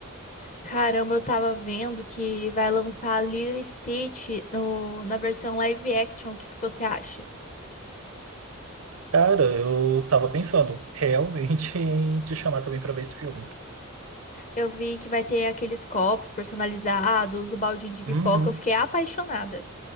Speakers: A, on the left; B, on the right.
A: Caramba, eu tava vendo que vai lançar Lilo e Stitch no, na versão live action. O que que você acha?
B: Cara, eu tava pensando realmente <laughs> em te chamar também pra ver esse filme.
A: Eu vi que vai ter aqueles copos personalizados, o baldinho de pipoca.
B: Uhum.
A: Eu fiquei apaixonada.